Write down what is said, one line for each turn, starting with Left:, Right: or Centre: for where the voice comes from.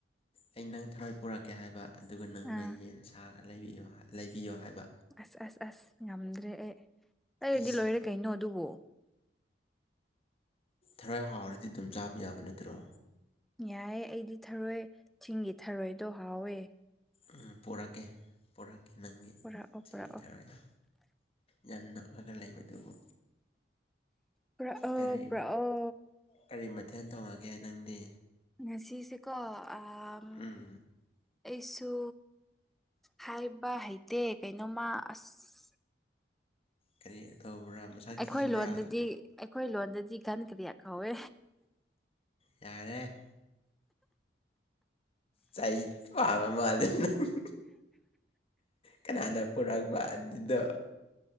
Left: ꯑꯩ ꯅꯪ ꯊꯔꯣꯏ ꯄꯨꯔꯛꯀꯦ ꯍꯥꯏꯕ ꯑꯗꯨꯒ ꯅꯪꯅ
Centre: ꯑꯥ
Left: ꯌꯦꯟ ꯁꯥꯥꯡ ꯂꯩꯕꯤꯌꯣ ꯂꯩꯕꯤꯌꯣ ꯍꯥꯏꯕ
Centre: ꯑꯁ ꯑꯁ ꯑꯁ ꯉꯝꯗ꯭ꯔꯦ ꯑꯦ ꯂꯩꯔꯗꯤ
Left: ꯏꯁ
Centre: ꯂꯣꯏꯔꯦ ꯀꯩꯅꯣ ꯑꯗꯨꯕꯨ
Left: ꯊꯔꯣꯏ ꯍꯥꯎꯔꯗꯤ ꯑꯗꯨꯝ ꯆꯥꯕ ꯌꯥꯕ ꯅꯠꯇ꯭ꯔꯣ
Centre: ꯌꯥꯏꯌꯦ ꯑꯩꯗꯤ ꯊꯔꯣꯏ ꯆꯤꯡꯒꯤ ꯊꯔꯣꯏꯗꯣ ꯍꯥꯎꯋꯦ
Left: ꯎ ꯄꯣꯔꯛꯀꯦ ꯄꯣꯔꯛꯀꯦ ꯅꯪꯒꯤ
Centre: ꯄꯨꯔꯛꯑꯣ
Left: ꯆꯤꯡꯒꯤ
Centre: ꯄꯨꯔꯛꯑꯣ
Left: ꯊꯔꯣꯏꯗ ꯌꯥꯝ ꯅꯛꯑꯒ ꯂꯩꯕꯗꯨꯕꯨ
Centre: ꯄꯨꯔꯛꯑꯣ
Left: ꯀꯔꯤ
Centre: ꯄꯨꯔꯛꯑꯣ
Left: ꯀꯔꯤ ꯃꯊꯦꯜ ꯇꯧꯉꯒꯦ ꯅꯪꯗꯤ
Centre: ꯉꯥꯁꯤꯁꯤ ꯀꯣ ꯑ ꯑꯩꯁꯨ
Left: ꯎꯝ
Centre: ꯍꯥꯏꯕ ꯍꯩꯇꯦ ꯀꯩꯅꯣꯃ ꯑꯁ
Left: ꯀꯔꯤ ꯇꯧꯕ꯭ꯔꯥ
Centre: ꯑꯩꯈꯣꯏ
Left: ꯊꯤꯕ꯭ꯔꯥ
Centre: ꯂꯣꯟꯗꯗꯤ ꯑꯩꯈꯣꯏ ꯂꯣꯟꯗꯗꯤ ꯘꯟ ꯀꯔꯤꯌꯥ ꯀꯧꯋꯦ
Left: ꯌꯥꯔꯦ ꯆꯩ ꯄꯥꯕ ꯃꯥꯜꯂꯤꯅꯪ ꯀꯅꯥꯅ ꯄꯨꯔꯛꯄ ꯑꯗꯨꯗꯣ